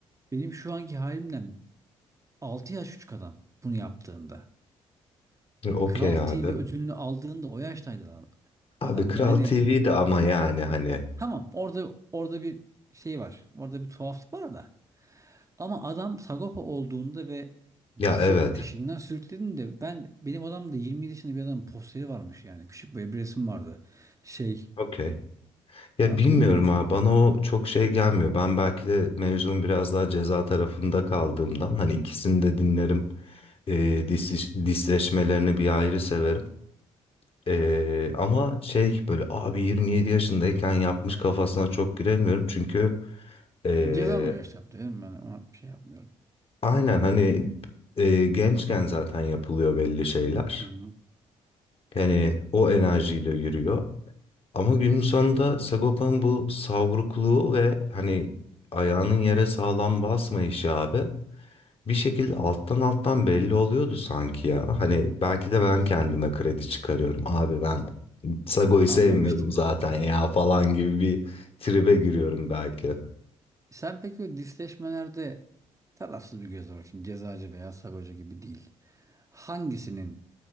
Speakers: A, on the right; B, on the left.
A: Benim şu anki halimden 6 yaş küçük adam bunu yaptığında.
B: Okey
A: Kral
B: abi.
A: TV ödülünü aldığında o yaştaydı adam. Adam
B: Abi Kral
A: yani
B: TV'de ama yani hani.
A: tamam orada orada bir şey var. Orada bir tuhaflık var da. Ama adam Sagopa olduğunda ve bizi
B: Ya evet.
A: peşinden sürüklediğinde ben benim odamda 20 yaşında bir adamın posteri varmış yani. Küçük böyle bir resim vardı. Şey
B: Okey. Ya
A: anlatabildim
B: bilmiyorum
A: mi?
B: abi bana o çok şey gelmiyor. Ben belki de mevzum biraz daha ceza tarafında kaldığımdan hani ikisini de dinlerim. E, dis, disleşmelerini bir ayrı severim. E, ama şey böyle abi 27 yaşındayken yapmış kafasına çok giremiyorum. Çünkü e,
A: Ceza da yaşta yaptı dedim ben ama bir şey yapmıyorum.
B: aynen hani e, gençken zaten yapılıyor belli şeyler.
A: Hı hı.
B: Yani o enerjiyle yürüyor. Ama günün sonunda Sagopa'nın bu savrukluğu ve hani ayağının yere sağlam basmayışı abi bir şekilde alttan alttan belli oluyordu sanki ya. Hani belki de
A: Evet.
B: ben kendime kredi çıkarıyorum. Abi ben Sago'yu sevmiyordum
A: Anlamıştım.
B: zaten ya falan gibi bir tribe giriyorum belki.
A: Sen peki o disleşmelerde tarafsız bir gözle bak şimdi cezacı veya sagoca gibi değil. Hangisinin